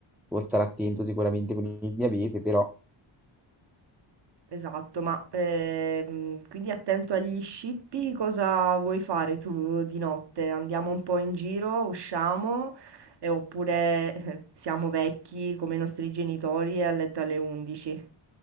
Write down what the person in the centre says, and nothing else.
Può stare attento sicuramente con il diabete, però